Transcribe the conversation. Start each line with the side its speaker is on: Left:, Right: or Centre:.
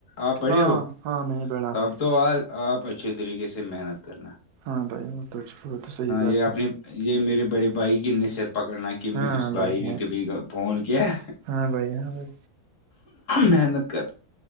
Left: آپ بڑے
Right: ہاں
Left: ہو
Right: ہاں میں ہی بڑا
Left: تب
Right: ہوں
Left: تو آج آپ اچھے طریقے سے محنت کرنا
Right: ہاں بھائی تو وہ تو صحیح بات
Left: یہ اپنی
Right: ہے
Left: یہ میرے بڑے بھائی کی نصیحت پکڑنا کہ میں
Right: ہاں
Left: اس بھائی نے
Right: ہاں
Left: کبھی فون کیا
Right: ہاں بھائی ہاں بھائی
Left: محنت کر